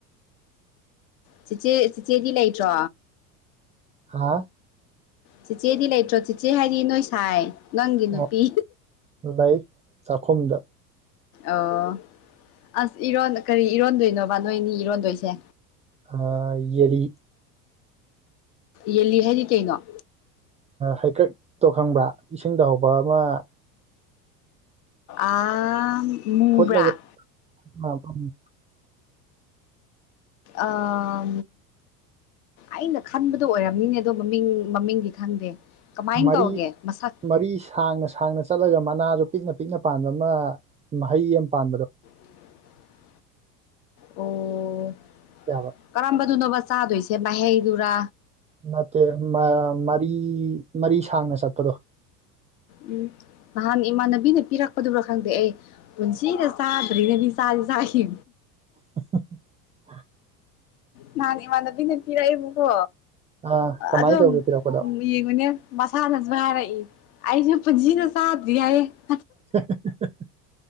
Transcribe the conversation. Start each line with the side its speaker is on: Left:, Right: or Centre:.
Left: ꯆꯤꯆꯦ ꯆꯤꯆꯦꯗꯤ ꯂꯩꯇ꯭ꯔꯣ
Right: ꯍꯥꯥ
Left: ꯆꯤꯆꯦꯗꯤ ꯂꯩꯇ꯭ꯔꯣ ꯆꯤꯆꯦ ꯍꯥꯏꯗꯤ ꯅꯣꯏ ꯁꯥꯏ ꯅꯪꯒꯤ ꯅꯨꯄꯤ
Right: ꯑꯣ ꯂꯩ ꯆꯥꯛꯈꯨꯝꯗ
Left: ꯑꯣ ꯑꯁ ꯏꯔꯣꯟ ꯀꯔꯤ ꯏꯔꯣꯟꯗꯣꯏꯅꯣꯕ ꯅꯣꯏꯅꯤ ꯏꯔꯣꯟꯗꯣꯏꯁꯦ
Right: ꯑ ꯌꯦꯔꯤ
Left: ꯌꯦꯜꯂꯤ ꯍꯥꯏꯗꯤ ꯀꯩꯅꯣ
Right: ꯍꯩꯀꯠ ꯇꯣ ꯈꯪꯕ꯭ꯔꯥ ꯏꯁꯤꯡ ꯇ ꯍꯧꯕ ꯑꯃ
Left: ꯑ ꯃꯨꯕ꯭ꯔꯥ
Right: ꯐꯨꯠꯂꯒ ꯑ ꯎ
Left: ꯑꯥ ꯑꯩꯅ ꯈꯟꯕꯗꯣ ꯑꯣꯏꯔꯝꯅꯤꯅꯦ ꯑꯗꯣ ꯃꯃꯤꯡ ꯃꯃꯤꯡꯗꯤ ꯈꯪꯗꯦ ꯀꯃꯥꯏꯅ
Right: ꯃꯔꯤ
Left: ꯇꯧꯒꯦ ꯃꯁꯛ
Right: ꯃꯔꯤ ꯁꯥꯡꯅ ꯁꯥꯡꯅ ꯆꯠꯂꯒ ꯃꯅꯥꯗꯣ ꯄꯤꯛꯅ ꯄꯤꯛꯅ ꯄꯥꯟꯕ ꯑꯃ ꯃꯍꯩ ꯑꯃ ꯄꯥꯟꯕꯗꯣ
Left: <inaudible> ꯑꯣ
Right: ꯌꯥꯕ
Left: ꯀꯔꯝꯕꯗꯨꯅꯣꯕ ꯆꯥꯗꯣꯏꯁꯦ ꯃꯍꯩꯗꯨꯔꯥ
Right: ꯅꯠꯇꯦ ꯃꯔꯤ ꯃꯔꯤ ꯁꯥꯡꯅ ꯆꯠꯄꯗꯣ
Left: ꯎꯝ ꯅꯍꯥꯟ ꯏꯃꯥꯟꯅꯕꯤꯅ ꯄꯤꯔꯛꯄꯗꯨꯕ꯭ꯔꯥ ꯈꯪꯗꯦ ꯑꯩ ꯄꯨꯟꯁꯤꯗ ꯆꯥꯗꯔꯤꯅꯕꯤ ꯆꯥ ꯁꯥꯍꯤ
Right: ꯍꯍꯍꯍ
Left: ꯅꯥꯍꯥꯟ ꯏꯃꯅꯕꯤꯅ ꯄꯤꯖꯛꯑꯦꯕꯀꯣ
Right: ꯑ ꯀꯃꯥꯏꯅ
Left: ꯑꯗꯨꯝ
Right: ꯇꯧꯒꯦ ꯄꯤꯔꯛꯄꯗꯣ
Left: ꯌꯦꯡꯉꯨꯅꯦ ꯃꯁꯥꯅꯁꯨ ꯍꯥꯏꯔꯛꯏ ꯑꯩꯁꯨ ꯄꯨꯟꯁꯤꯗ ꯁꯥꯗ꯭ꯔꯤ ꯍꯥꯏꯕ
Right: ꯍꯍꯍꯍ